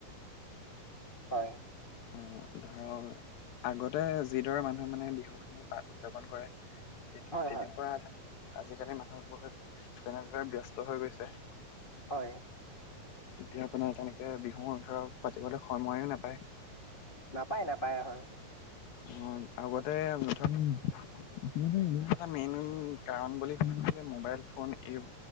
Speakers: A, on the left (about 40°); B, on the left (about 85°).
A: হয়
B: অ, ধৰক আগতে যিদৰে মানুহে মানে বিহুখিনি পাতি উদযাপন কৰে।
A: হয়,
B: তেনেকুৱা
A: হয়,
B: ধৰক আজিকালি মানুহবোৰ যেনেদৰে ব্যস্ত হৈ গৈছে।
A: হয়।
B: এতিয়া আপোনাৰ তেনেকেবিহুও ধৰক পাতিবলে সময়ো নাপায়।
A: নাপায় নাপায় হয়।
B: অ, আগতে মুথত ইও এটা মেইন কাৰণ বুলি কব হলে মোবাইল ফোন এই